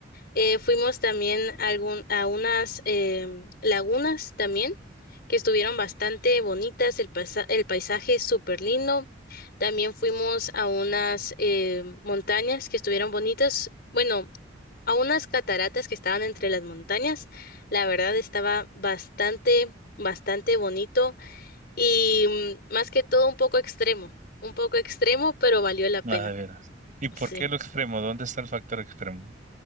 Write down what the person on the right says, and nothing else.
Ah, de veras. ¿Y por
qué lo extremo? ¿Dónde está el factor extremo?